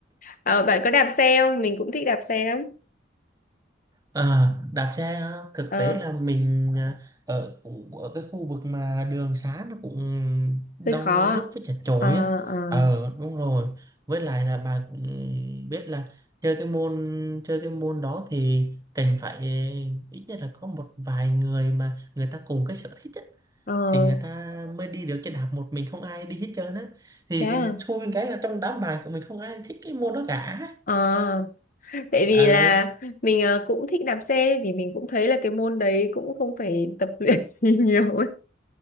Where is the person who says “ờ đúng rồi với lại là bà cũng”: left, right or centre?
Right